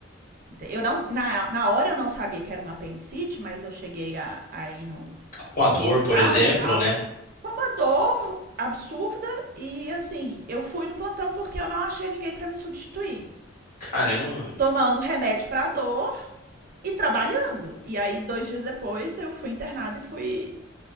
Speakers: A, on the right (about 45°); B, on the left (about 45°).
A: Ente- Eu não, na, na hora eu não sabia que era uma apendicite, mas eu cheguei a, a ir num,
B: Com a dor,
A: no hospital
B: por exemplo,
A: e tal,
B: né?
A: com uma dor absurda e assim, eu fui no plantão porque eu não achei ninguém para me substituir.
B: Caramba.
A: Tomando remédio para dor, e trabalhando. E aí, dois dias depois, eu fui internada e fui